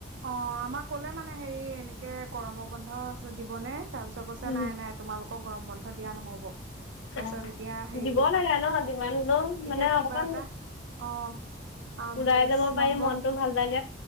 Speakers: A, on the right; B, on the left.
A: অ ' আমাৰ কলে মানে হেৰি এনেকে গৰমৰ বন্ধ দিবনে তাৰপিছত কৈছে
B: উম,
A: নাই নাই তোমালোক গৰম বন্ধ দিয়া নহ'ব। তাৰপিছত
B: অ',
A: এতিয়া হে
B: দিব লাগে ন' যিমান হ'লেও মানে
A: এতিয়া
B: অকমান
A: কিবা এটা অ' আহ
B: ওলাই
A: বিশছ
B: যাব পাৰি
A: নম্বৰ
B: মনটো ভাল লাগে।